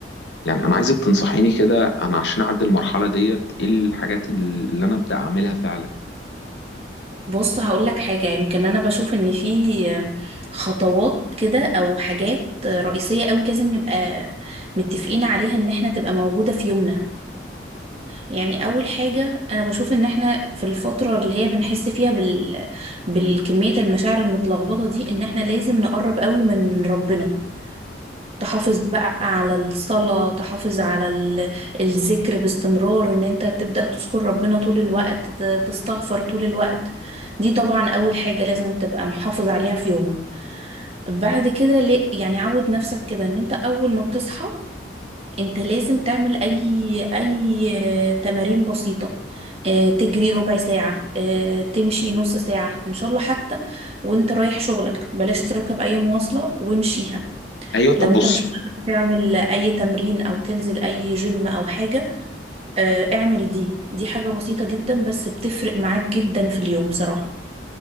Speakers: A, on the left (about 70°); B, on the right (about 35°).
A: يعني انا عايزك تنصحيني كده انا عشان اعدي المرحلة ديت ايه الحاجات اللي انا ابدأ اعملها فعلا
B: بص هقول لك حاجة يمكن أنا بشوف إن في خطوات كده أو حاجات رئيسية أوي لازم نبقى متفقين عليها إن إحنا تبقى موجودة في يومنا يعني أول حاجة أنا بشوف إن إحنا في الفترة اللي هي بنحس فيها بال... بالكمية المشاعر المتلخبطة دي إن إحنا لازم نقرب أوي من ربنا تحافظ بقى على الصلاة تحافظ على ال- الذكر باستمرار ان انت تبدأ تذكر ربنا طول الوقت ت- تستغفر طول الوقت دي طبعا اول حاجة لازم تبقى محافظ عليها في يومك بعد كده ليه- يعني عود نفسك كده ان انت اول ما بتصحى انت لازم تعمل اي اي آه، تمارين بسيطة آه، تجري ربع ساعة آه، تمشي نص ساعة إن شاء الله حتى وانت رايح شغلك بلاش تركب أي مواصلة وامشيها
A: ايوه طب
B: لو
A: بصي
B: انت مش قادر تعمل اي تمرين او تنزل اي جيم او حاجة آه، اعمل دي دي حاجة بسيطة جدا بس بتفرق معاك جدا في اليوم بصراحة